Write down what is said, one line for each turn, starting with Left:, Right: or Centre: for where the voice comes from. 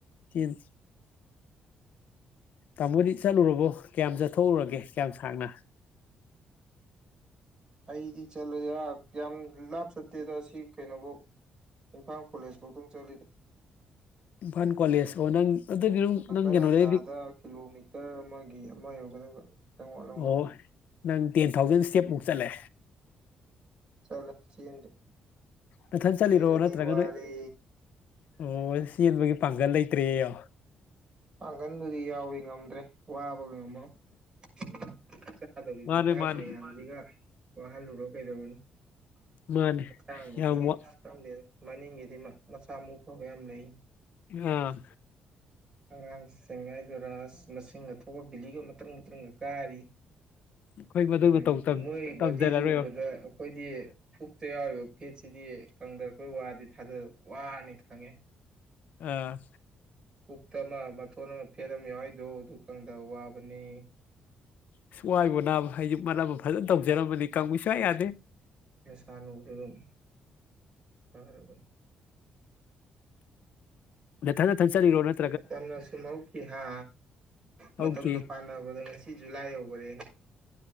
Left: ꯆꯦꯟꯗꯦ ꯇꯥꯃꯣꯗꯤ ꯆꯠꯂꯨꯔꯕꯣ ꯀꯌꯥꯝ ꯆꯠꯊꯣꯛꯎꯔꯒꯦ ꯀꯌꯥꯝ ꯁꯥꯡꯅ
Right: ꯑꯩꯗꯤ ꯆꯠꯂꯦ ꯉꯔꯥꯡ ꯌꯥꯝ ꯂꯥꯞ ꯆꯠꯇꯦꯗ ꯑꯁꯤ ꯀꯩꯅꯣꯕꯧ ꯏꯝꯐꯥꯜ ꯀꯣꯂꯦꯖ ꯐꯥꯎꯗꯪ ꯆꯠꯂꯤꯗ
Left: ꯏꯝꯐꯥꯜ ꯀꯣꯂꯦꯖ ꯑꯣ ꯅꯪ ꯑꯗꯨꯗꯤ ꯑꯗꯨꯝ
Right: ꯍꯪꯒꯠ
Left: ꯅꯪ ꯀꯩꯅꯣꯗꯩꯗꯤ
Right: ꯍꯟꯗꯥꯗ ꯀꯤꯂꯣꯃꯤꯇꯔ ꯑꯃꯒꯤ ꯑꯃ ꯌꯧꯒꯗꯕ ꯈꯤꯇꯪ ꯋꯠꯂꯝꯒꯅꯤ
Left: ꯑꯣ ꯅꯪ ꯇꯦꯟ ꯊꯥꯎꯖꯟ ꯏꯁꯇꯦꯞꯃꯨꯛ ꯆꯠꯂꯦ
Right: ꯆꯠꯂꯦ ꯆꯦꯟꯗꯦ
Left: ꯅꯊꯟ ꯆꯠꯂꯤꯔꯣ
Right: ꯆꯦꯟꯂꯗꯤ
Left: ꯅꯠꯇ꯭ꯔꯒ
Right: ꯋꯥꯔꯦ
Left: ꯅꯣꯏ ꯑꯣ ꯆꯦꯟꯕꯒꯤ ꯄꯥꯡꯒꯜ ꯂꯩꯇ꯭ꯔꯦ ꯌꯣ
Right: ꯄꯥꯡꯒꯟꯕꯨꯗꯤ ꯌꯥꯎꯏ ꯉꯝꯗ꯭ꯔꯦ ꯋꯥꯕꯒꯤ ꯑꯃ <unintelligible>
Left: ꯃꯥꯅꯦ ꯃꯥꯅꯦ
Right: <unintelligible> <unintelligible> ꯋꯥꯍꯜꯂꯨꯔꯥ ꯀꯩꯗꯧꯔꯨꯅꯤ
Left: ꯃꯥꯅꯦ
Right: ꯍꯛꯆꯥꯡꯕꯨꯗꯤ
Left: ꯌꯥꯝ ꯋꯥ
Right: ꯈꯪꯗꯦꯗ ꯃꯅꯤꯡꯒꯤꯗꯤ ꯃꯥ ꯃꯁꯥ ꯃꯎ ꯐꯕ ꯌꯥꯝ ꯂꯩ
Left: ꯑꯥ
Right: ꯑꯉꯥꯡꯁꯤꯡ ꯍꯥꯏꯗꯣꯏꯔ ꯑꯁ ꯃꯁꯤꯡꯒ ꯊꯣꯛꯑ ꯕꯤꯂꯤꯒ ꯃꯇ꯭ꯔꯪ ꯃꯇ꯭ꯔꯪꯒ ꯀꯥꯔꯤ
Left: ꯑꯩꯈꯣꯏ ꯃꯗꯨꯃ
Right: ꯗꯨꯃꯥꯏꯅ
Left: ꯇꯧ ꯇꯝ
Right: ꯃꯣꯏ
Left: ꯇꯝꯖꯔꯔꯣꯏꯕ
Right: ꯕꯣꯗꯤꯖꯦ ꯎꯕꯗ ꯑꯩꯈꯣꯏꯗꯤ ꯄꯨꯛ ꯇꯌꯥꯎꯔꯤꯕ ꯐꯦꯠꯁꯤꯗꯤ ꯀꯪꯗꯄ ꯋꯥꯗꯤ ꯊꯥꯖ ꯋꯥꯅꯤ ꯈꯪꯉꯦ
Left: ꯑꯥ
Right: ꯎꯛꯇ ꯑꯃ ꯃꯊꯣꯟ ꯑꯃ ꯐꯦꯠ ꯑꯃ ꯌꯥꯎꯔꯤꯗꯣ ꯑꯗꯨ ꯀꯪꯗꯕ ꯋꯥꯕꯅꯦ
Left: ꯑꯁ ꯋꯥꯏꯕꯨ ꯅꯥꯕꯥ ꯑꯩꯖꯨ ꯃꯔꯝꯑꯝ ꯐꯖꯟꯅ ꯇꯧꯖꯔꯝꯕꯗꯤ ꯀꯪꯎ ꯁꯨꯛꯌꯥ ꯌꯥꯗꯦ
Right: ꯍꯥꯟꯅ ꯎꯒꯤꯒꯨꯝ ꯐꯔꯕꯅꯦ
Left: ꯅꯊꯟ ꯊꯟ ꯆꯠꯔꯤꯔꯣ ꯅꯥꯠ
Right: ꯃꯇꯝꯅ ꯑꯁꯨꯝ ꯍꯧꯈꯤ ꯍꯥ ꯃꯇꯝꯅ
Left: ꯍꯧꯈꯤ
Right: ꯄꯥꯟ ꯅꯕꯗꯣ ꯉꯁꯤ ꯖꯨꯂꯥꯏ ꯌꯧꯒ꯭ꯔꯦꯅꯦ